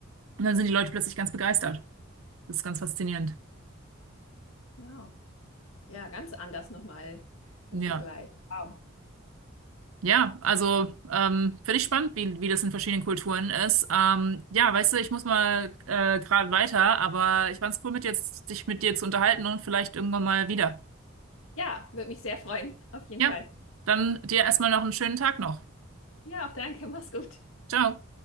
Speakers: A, on the right (about 75°); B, on the left (about 80°).
A: und dann sind die Leute plötzlich ganz begeistert. Das ist ganz faszinierend.
B: genau. Ja, ganz anders nochmal im
A: Ja.
B: Vergleich. Wow.
A: Ja, also ähm, finde ich spannend, wie, wie das in verschiedenen Kulturen ist. Ähm, ja, weißt du, ich muss mal äh, gerade weiter, aber ich fand's cool, mit jetzt, dich mit dir zu unterhalten und vielleicht irgendwann mal wieder.
B: Ja, würde mich sehr freuen, auf jeden
A: Ja,
B: Fall.
A: dann dir erstmal noch einen schönen Tag noch.
B: Ja, auch danke. Mach's gut.
A: Ciao.